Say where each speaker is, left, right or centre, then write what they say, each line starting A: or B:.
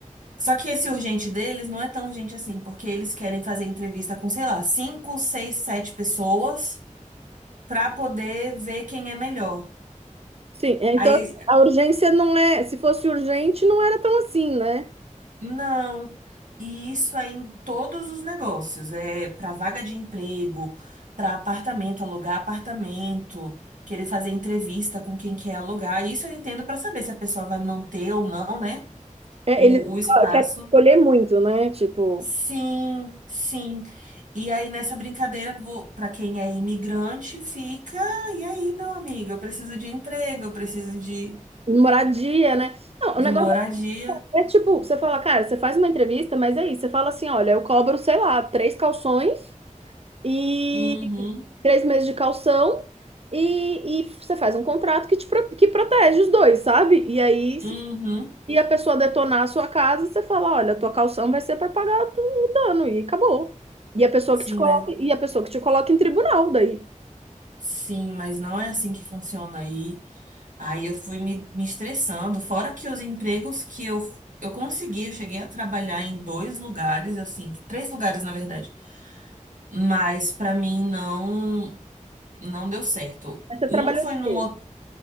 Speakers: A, on the right; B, on the right.
A: só que esse urgente deles não é tão urgente assim, porque eles querem fazer entrevista com, sei lá, cinco, seis, sete pessoas para poder ver quem é melhor.
B: Sim, é, então
A: Aí
B: a urgência não é, se fosse urgente, não era tão assim, né?
A: Não, e isso é em todos os negócios, é para vaga de emprego, para apartamento, alugar apartamento, querer fazer entrevista com quem quer alugar. Isso eu entendo para saber se a pessoa vai manter ou não, né?
B: É,
A: O,
B: eles esco-
A: o espaço.
B: querem escolher muito, né? Tipo,
A: Sim, sim. E aí nessa brincadeira, para quem é imigrante, fica. E aí, meu amigo, eu preciso de emprego, eu preciso de,
B: moradia, né? Não,
A: de
B: o negócio
A: moradia.
B: é é, tipo, você fala, cara, você faz uma entrevista, mas é isso. Você fala assim, olha, eu cobro, sei lá, três calções e
A: Uhum,
B: três meses de calção e, e você faz um contrato que te pro- que protege os dois, sabe? E aí,
A: uhum.
B: se a pessoa detonar a sua casa, você fala, olha, a tua calção vai ser para pagar tu- o dano e acabou. E a pessoa
A: Sim,
B: que te coloca,
A: mas
B: e a pessoa que te coloca em tribunal daí.
A: Sim, mas não é assim que funciona aí. Aí eu fui me, me estressando. Fora que os empregos que eu, eu consegui, eu cheguei a trabalhar em dois lugares, assim, três lugares na verdade. Mas pra mim não não deu certo.
B: Aí Você
A: Um
B: trabalhou
A: foi
B: de
A: num,
B: quê?
A: ho-